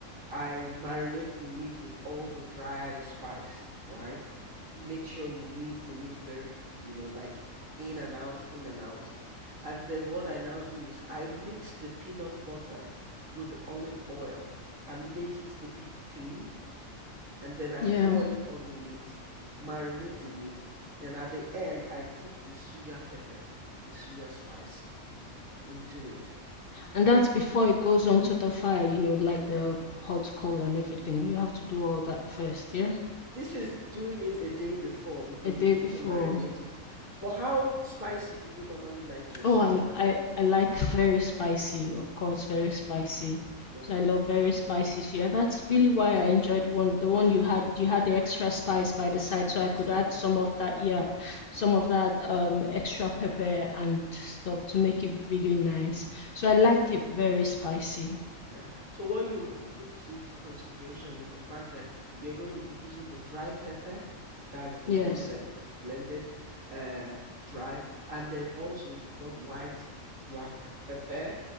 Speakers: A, on the right (about 75°); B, on the left (about 50°).
A: I marinate the meat with all the dry spice, right? Make sure you knead the meat very, you know, like in and out, in and out. And then what I now do is I mix the peanut butter with the olive oil and make it a bit thin. And then I
B: yeah.
A: pour it on the meat, marinate the meat. Then at the end, I put the suya pepper, the suya spice into it
B: And that's before it goes onto the fire, you know, like the hot coal and everything. You have to do all that first, yeah?
A: This is doing it a day before because
B: A day
A: you need
B: before.
A: to marinate it. But how spicy do you normally like your suya?
B: Oh, I, I I like <laughs> very spicy, of course, very spicy.
A: Okay,
B: So I love very spicy. So yeah, that's really why I enjoyed one the one you had. You had the extra spice by the side,
A: I
B: so
A: decided.
B: I could add some of that, yeah,
A: Yeah.
B: some of that um extra pepper and stuff to make it really nice. So I like it very spicy.
A: Yeah. So what you would put into consideration is the fact that you're going to be using the dry pepper. That's the
B: Yes,
A: one that is blended, uh, dry, and then also you've got white black pepper